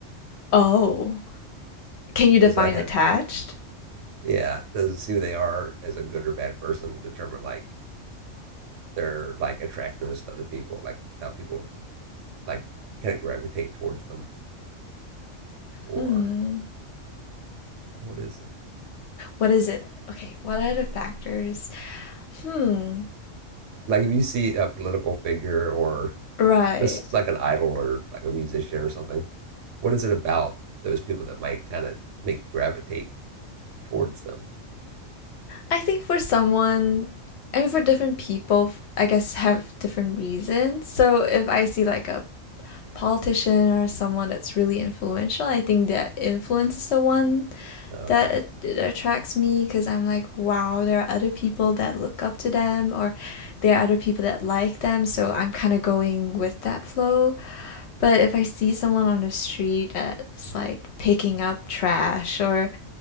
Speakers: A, on the left (about 65°); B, on the right (about 75°).
A: Oh, can you define
B: Does that have
A: attached?
B: to yeah? Does who they are as a good or bad person determine like They're like attractiveness to other people, like how people like kind of gravitate towards them, or
A: Hmm.
B: what is it?
A: What is it? Okay, what are the factors? Hmm.
B: Like if you see a political figure or
A: Right.
B: just like an idol or like a musician or something, what is it about those people that might kind of make you gravitate towards them?
A: I think for someone, I mean, for different people, I guess have different reasons. So if I see like a politician or someone that's really influential, I think their influence is the one
B: Okay,
A: that it attracts me because I'm like, wow, there are other people that look up to them, or there are other people that like them. So I'm kind of going with that flow. But if I see someone on the street that's like picking up trash or,